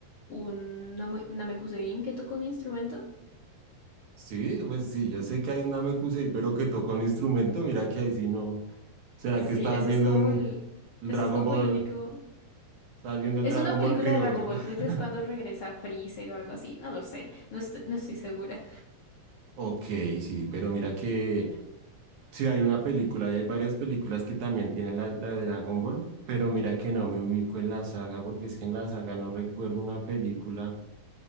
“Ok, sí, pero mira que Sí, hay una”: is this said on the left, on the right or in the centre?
Right